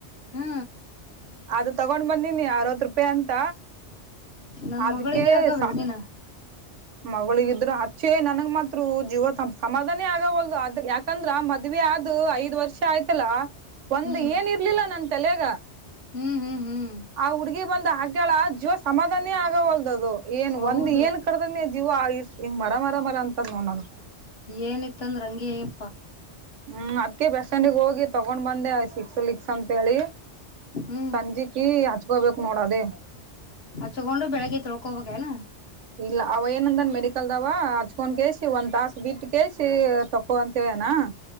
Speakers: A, on the left; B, on the right.
A: ಹಾ
B: ಅದು ತಗೊಂಡ್ ಬಂದೀಿನಿ ಅರವತ್ ರೂಪಾಯಿ ಅಂತ
A: ನನ್
B: ಅದಕ್ಕೆೇ
A: ಮಗಳಿಗೆ ಹಾಕವೇ
B: ಸಾ
A: ನೀನ
B: ಮಗಳಗ ಇದ್ರರು ಹಚ್ಚೆ ನನ್ಗ್ ಮಾತ್ರ ಜೀವ ಸಮಾಧಾನ ಆಗವಲ್ದು ಆದ್ರೆ ಯಾಕ ಯಾಕಂದ್ರ ಮದ್ವಿ ಆದ ಐದ್ ವರ್ಷ ಆಯ್ತಲ್ಲ ಒಂದ
A: ಹ್ಮ್
B: ಏನ್ ಇರ್ಲಿಲ್ಲ ನನ್ ತಲೆಗ
A: ಹ್ಮ್ ಹ್ಮ್ ಹ್ಮ್
B: ಆ ಹುಡ್ಗಿ ಬಂದ ಹಾಕೇಳ ಜೀವ ಸಮಾಧಾನೇ ಆಗವಲ್ದದು ಏನ್
A: ಹೌದು
B: ಒಂದ್ ಏನ್ ಕಡ ಅ ಜೀವ ಆಯ ಹಿಂಗ ಮರ ಮರ ಮರ ಅಂತದ್ ನೋಡ ನಾನು
A: ಏನಿತ್ತ ಅಂದ್ರ ಹಂಗೆ ಅಯ್ಯಪ್ಪಾ
B: ಹ್ಮ್ ಅದಕೆ ಬೆಸ್ ಸ್ಟ್ಯಾಂಡಿಗೆ ಹೋಗಿ ತಗೊಂಡ್ ಬಂದೆ ಸಿಕ್ಸ್ ಲಿಕ್ಸ್ ಅಂತ ಹೇಳಿ
A: ಹ್ಮ್
B: ಸಂಜಿಕಿ ಹಚ್ಕೋಬೇಕು ನೋಡ ಅದೇ
A: ಹಚ್ಚಕೊಂಡ ಬೆಳಿಗ್ಗೆ ತೊಳ್ಕೋಬೇಕೇನ
B: ಇಲ್ಲ ಅವ ಏನಂದನ್ ಮೆಡಿಕಲ್ದವ ಹಚ್ಕೊಂಡ ಕಸಿ ಒಂದ್ ತಾಸ ಬಿಟ್ಟ ಕಸಿ ತಕ್ಕೋ ಅಂತ ಹೇಳೆನಾ